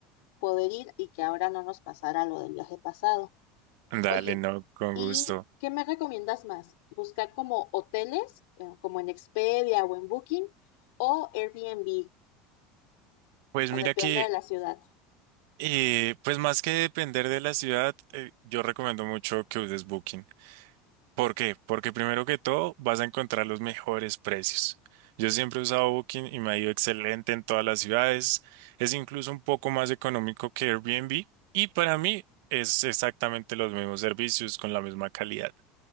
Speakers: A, on the left (about 70°); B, on the right (about 65°).
A: poder ir y que ahora no nos pasara lo del viaje pasado.
B: Dale,
A: Oye,
B: no, con
A: ¿y
B: gusto.
A: qué me recomiendas más? ¿Buscar como hoteles, eh, como en Expedia o en Booking, o Airbnb?
B: Pues
A: o
B: mira
A: depende
B: que,
A: de la ciudad.
B: eh, pues más que depender de la ciudad, eh, yo recomiendo mucho que uses Booking. ¿Por qué? Porque primero que todo vas a encontrar los mejores precios. Yo siempre he usado Booking y me ha ido excelente en todas las ciudades. Es incluso un poco más económico que Airbnb y para mí es exactamente los mismos servicios con la misma calidad.